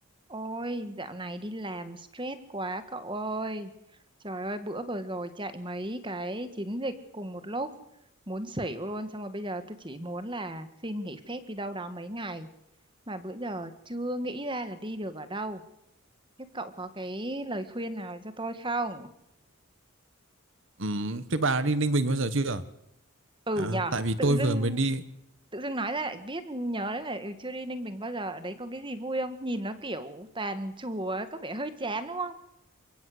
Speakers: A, on the right; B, on the right.
A: Ôi, dạo này đi làm stress quá cậu ơi. Trời ơi, bữa vừa rồi chạy mấy cái chiến dịch cùng một lúc, muốn xỉu luôn. Xong rồi bây giờ tôi chỉ muốn là xin nghỉ phép đi đâu đó mấy ngày. Mà bữa giờ chưa nghĩ ra là đi được ở đâu. Thế cậu có cái lời khuyên nào cho tôi không?
B: Ừm, thế bà đã đi Ninh Bình bao giờ chưa?
A: Ừ
B: À,
A: nhờ,
B: tại vì tôi
A: tự
B: vừa
A: dưng
B: mới đi,
A: tự dưng nói ra lại biết nhớ đấy là ừ, chưa đi Ninh Bình bao giờ. Ở đấy có cái gì vui không? Nhìn nó kiểu toàn chùa ấy, có vẻ hơi chán đúng không?